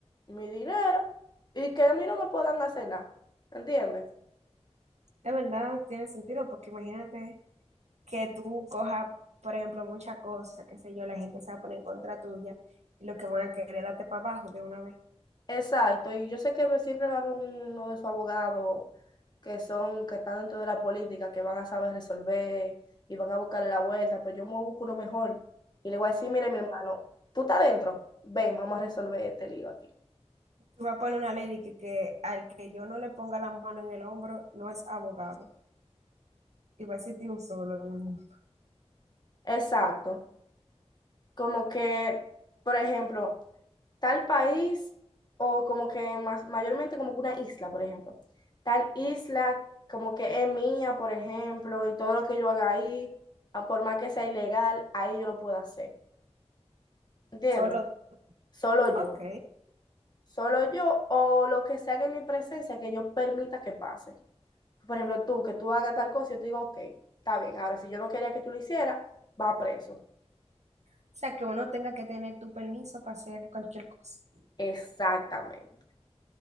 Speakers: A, on the left; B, on the right.
A: mi dinero y que a mí no me puedan hacer nada, ¿entiendes?
B: De verdad, tiene sentido, porque imagínate. que tú cojas, por ejemplo, muchas cosas, qué sé yo, la gente se va a poner en contra tuya y lo que van a querer es darte para abajo de una vez.
A: Exacto, y yo sé que siempre va a haber uno de sus abogados que son, que están dentro de la política, que van a saber resolver y van a buscarle la vuelta, pero yo me busco uno mejor y le voy a decir, mire mi hermano, tú estás dentro, ven, vamos a resolver este lío aquí.
B: Tú vas a poner una ley de que, que al que yo no le ponga la mano en el hombro no es abogado y va a existir un solo en el mundo.
A: Exacto. Como que, por ejemplo, tal país o como que más, mayormente como que una isla, por ejemplo. Tal isla como que es mía, por ejemplo, y todo lo que yo haga ahí, a por más que sea ilegal, ahí yo lo puedo hacer. ¿Entiendes?
B: Solo,
A: Solo yo.
B: ok.
A: Solo yo o lo que sea que en mi presencia que yo permita que pase. Por ejemplo, tú, que tú hagas tal cosa, yo te digo, ok, está bien. Ahora, si yo no quería que tú lo hicieras, va preso.
B: O sea, que uno tenga que tener tu permiso para hacer cualquier cosa.
A: Exactamente,